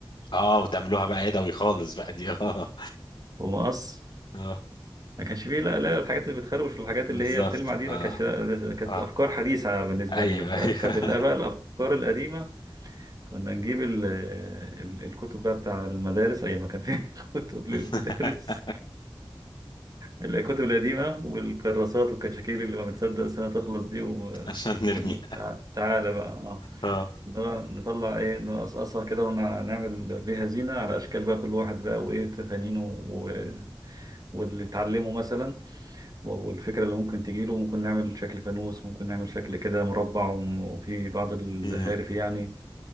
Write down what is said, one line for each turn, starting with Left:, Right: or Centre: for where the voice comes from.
Left: اه وتعملوها بقى يدوي خالص بقى دي <laughs> اه
Right: ومقص
Left: اه
Right: ما كانش فيه لا لا الحاجات اللي بتخروش والحاجات
Left: بالظبط
Right: اللي هي بتلمع دي
Left: اه
Right: ما كانش لا ده- كانت
Left: اه
Right: أفكار حديثة بالنسبة
Left: ايوه
Right: لنا فكانت
Left: ايوه
Right: ال- بقى الأفكار القديمة كنا نجيب ال ال الكتب بقى بتاع المدارس أيام ما كان في <laughs> كتب للمدارس
Left: <laughs>
Right: الكتب القديمة والكراسات والكشاكيل اللي ما بتصدق السنة تخلص دي و...
Left: عشان نرميها
Right: وتعالى بقى اه
Left: اه
Right: نرى- نطلع ايه نقصقصها كده ونعمل بيها زينة على أشكال بقى كل واحد بقى وإيه تفانينه و... واللي اتعلمه مثلا و- والفكرة اللي ممكن تجيله ممكن نعمل شكل فانوس ممكن نعمل شكل كده مربع وم- وفي بعض الزخارف
Left: مم.
Right: يعني